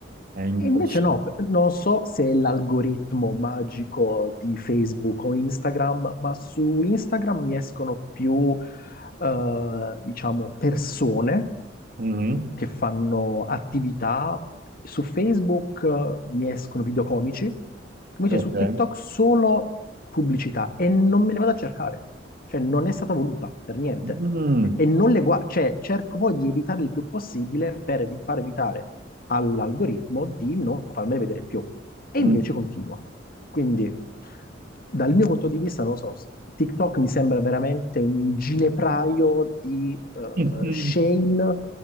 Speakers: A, on the right (about 55°); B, on the left (about 50°).
A: è impossibile.
B: E invece no, p- non so se è l'algoritmo magico di Facebook o Instagram, ma su Instagram mi escono più, eh, diciamo, persone
A: Mhm.
B: che fanno attività. Su Facebook eh, mi escono video comici, invece
A: Ok.
B: su TikTok solo pubblicità e non me le vado a cercare. Cioè, non è stata voluta per niente.
A: Mm.
B: E non le guardo, cioè, cerco poi di evitare il più possibile per evi- far evitare all'algoritmo di non farmele vedere più. E
A: Mm.
B: invece continua. Quindi, dal mio punto di vista, non lo so, se- TikTok mi sembra veramente un ginepraio di eh,
A: <laughs>
B: shame